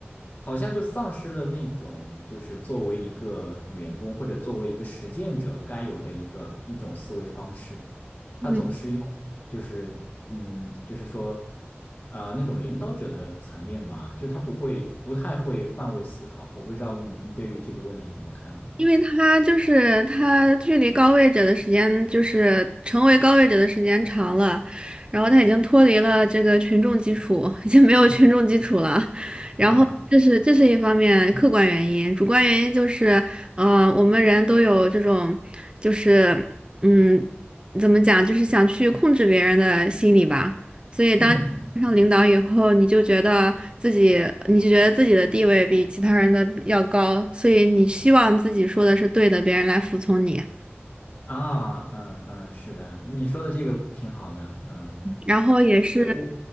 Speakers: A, on the left; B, on the right.
A: 好像就丧失了那种就是作为一个员工或者作为一个实践者该有的一个一种思维方式。他总是用就是嗯，
B: 嗯，
A: 就是说呃那种领导者的层面吧，就是他不会不太会换位思考。我不知道你你对于这个问题怎么看呢？
B: 因为他就是他距离高位者的时间，就是成为高位者的时间长了，然后他已经脱离了这个群众基础，<laughs> 已经没有群众基础了。然后这是这是一方面客观原因，
A: 嗯
B: 主观原因就是，呃，我们人都有这种，就是嗯，怎么讲，就是想去控制别人的心理吧。所以当当上领导以后，
A: 嗯
B: 你就觉得自己，你就觉得自己的地位比其他人的要高，所以你希望自己说的是对的，别人来服从你。
A: 啊，嗯嗯，是的，你说的这个挺好的，嗯，
B: 然后也是，
A: 其实我，